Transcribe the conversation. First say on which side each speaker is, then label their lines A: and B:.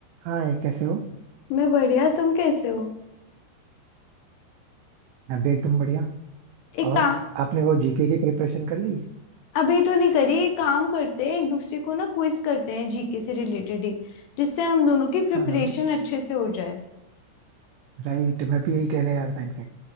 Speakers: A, on the right (about 85°); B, on the left (about 80°).
A: हाँ ये कैसे हो
B: मैं बढ़िया तुम कैसे हो
A: मैं भी एकदम बढ़िया
B: एक
A: और
B: काम
A: आपने वो जीके की प्रिपरेशन कर ली
B: अभी तो नहीं करी एक काम करते हैं एक दूसरे को ना क्विज करते हैं जीके से रिलेटेड ही जिससे हम दोनों की प्रिपरेशन
A: हाँ हाँ
B: अच्छे से हो जाए
A: राइट मैं भी यही कहने आ रहा था इनफैक्ट